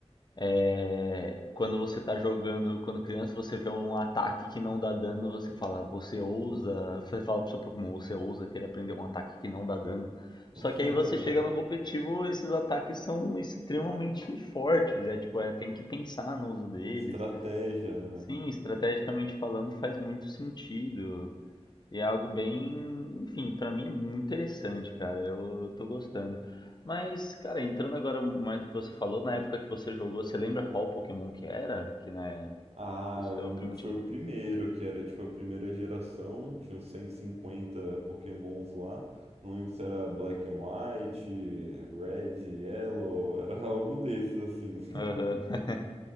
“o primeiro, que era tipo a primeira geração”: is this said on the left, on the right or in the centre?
Right